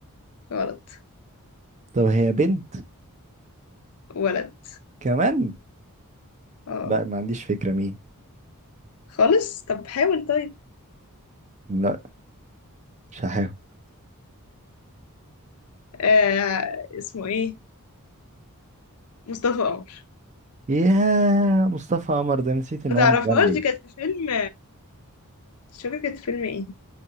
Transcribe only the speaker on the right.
طب هي بنت
كمان
لا ما عنديش فكرة مين
لا مش هحاول
يا مصطفى قمر ده نسيت ان
هو
مغني